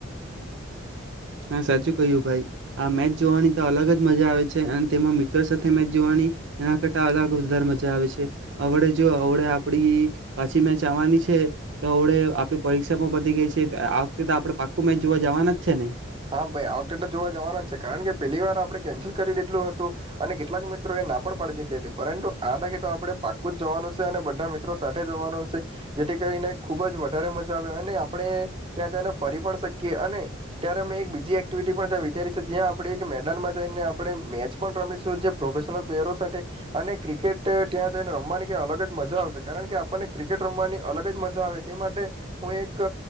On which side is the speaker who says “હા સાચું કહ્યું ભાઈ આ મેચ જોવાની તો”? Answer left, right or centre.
Right